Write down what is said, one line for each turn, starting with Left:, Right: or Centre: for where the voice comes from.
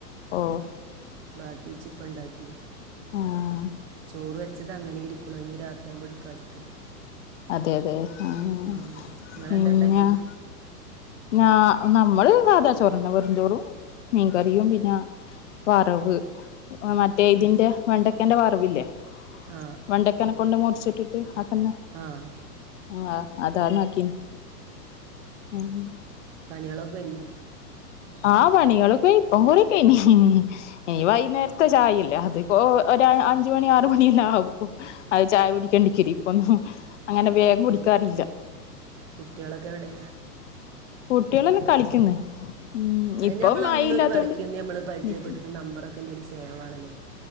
Left: ഓഹ്
Right: ബാക്കിഇച്ചിപ്പം ഇണ്ടാക്കി
Left: ആഹ്
Right: ചോറ് വെച്ചത് അങ്ങനേ ഇരിക്ക്ണു അത് ഇനി രാത്രി ആവുമ്പോ ഇട്ക്കാ വിചാരിച്ചിട്ട്
Left: അതെ അതെ. ആഹ്
Right: ഹ്മ്മ്, ഇങ്ങളെന്താ
Left: പിന്നെ
Right: ഇണ്ടാക്കി
Left: ഞാ നമ്മള് സാതാചോറന്നെ വെറുംചോറും മീൻകറിയും പിന്നാ വറവ് മറ്റേ ഇതിന്റെ
Right: ആ
Left: വെണ്ടക്കന്റെ വറവില്ലേ
Right: ആ
Left: വെണ്ടക്കന്നെ കൊണ്ട് മുർച്ചിട്ടിട്ട് അതന്നെ
Right: ആഹ്
Left: ആഹ് അതാണാക്കിൻ ആഹ്.
Right: പണികളൊക്കെ കഴിഞ്ഞോ
Left: ആ പണികളൊക്കെ ഇപ്പൊ കൊറേ കയിഞ്ഞി ഇനീ വൈകുന്നേരത്തെ ചായല്ലേ അത്. ഓ ഒരഞ്ച് മണി ആറു മണി എല്ലാം ആകും അത് ചായ കുടിക്കാൻ ഇപ്പൊന്നും അങ്ങനെ വേഗം
Right: കു-
Left: കുടിക്കാറില്ല.
Right: കുട്ടികളൊക്കെ എവിടെ
Left: കുട്ടിയേളെല്ലാം കളിക്കുന്ന് ഉം
Right: അ
Left: ഇപ്പം
Right: നമ്മളന്നൊര്
Left: മഴയില്ലാത്തോണ്ട്
Right: വർക്ക്ന്ന് നമ്മള് പരിചയപ്പെട്ടിട്ട്
Left: മിറ്റണ്ട്
Right: നമ്പറൊക്കെ എന്റീൽ സേവാണല്ലോ